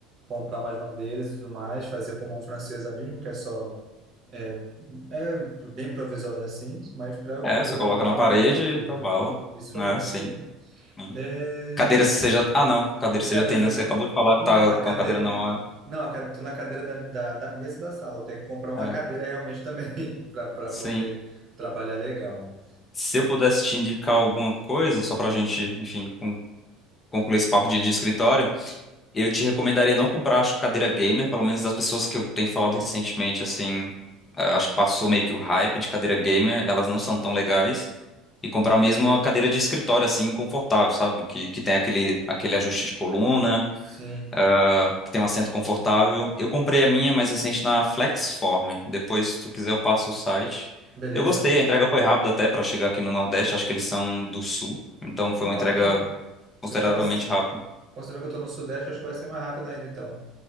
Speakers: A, on the right; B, on the left.
A: comprar mais madeiras e tudo mais, fazer com mão francesa mesmo, que é só é, é bem provisório assim, mas para
B: É,
A: poder
B: você coloca
A: trabalhar
B: na parede
A: tranquilo,
B: e tá
A: né?
B: bala.
A: Isso
B: É,
A: aí, isso
B: sim,
A: aí.
B: sim.
A: É,
B: Cadeira você já. Ah, não, cadeira
A: a
B: você
A: cadeira,
B: já tem, né? Você acabou de falar que
A: não,
B: tá
A: a
B: com
A: cadeira,
B: a cadeira na mão.
A: não, a cadeira, tô na cadeira da, da, da mesa da sala. Eu tenho que comprar uma
B: É, É,
A: cadeira realmente também <laughs> para para
B: sim.
A: poder trabalhar legal.
B: Se eu pudesse te indicar alguma coisa, só pra gente, enfim, con- concluir esse papo de, de escritório. Eu te recomendaria não comprar, acho, cadeira gamer, pelo menos das pessoas que eu tenho falado recentemente, assim, ah, acho que passou meio que o hype de cadeira gamer, elas não são tão legais. E comprar mesmo uma cadeira de escritório, assim, confortável, sabe? Que, que tem aquele, aquele ajuste de coluna,
A: Sim,
B: ah, que tem um assento confortável. Eu comprei a minha mais recente na Flexform. Depois, se tu quiser, eu passo o site.
A: beleza.
B: Eu gostei, a entrega foi rápida até para chegar aqui no Nordeste, acho que eles são do Sul, então foi
A: Ó,
B: uma entrega
A: então,
B: consideravelmente
A: então, mas,
B: rápida.
A: considerando que eu tô no Sudeste, acho que vai ser mais rápido ainda, então.